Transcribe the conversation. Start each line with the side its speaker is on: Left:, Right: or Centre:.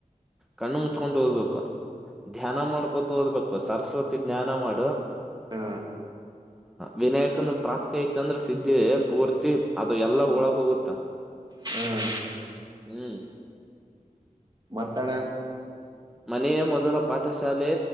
Centre: ಕಣ್ಣು ಮುಚ್ಕೊಂಡು ಓದ್ಬೇಕು ಧ್ಯಾನ ಮಾಡ್ಕೊತು ಓದ್ಬೇಕು ಸರಸ್ವತಿ ಧ್ಯಾನ ಮಾಡು
Right: ಹಾ
Centre: ವಿನಾಯಕನ ಮತ್ತ ಐತಂದ್ರ ಸಿದ್ದಿ ಪೂರ್ತಿ ಅದು ಎಲ್ಲಾ ಉಳಕ್ ಹೋಗುತ್ತ
Right: ಹ್ಮ್
Centre: ಹ್ಮ್
Right: ಮತ್ತಣೆ
Centre: ಮನೆಯೇ ಮೊದಲ ಪಾಠಶಾಲೆ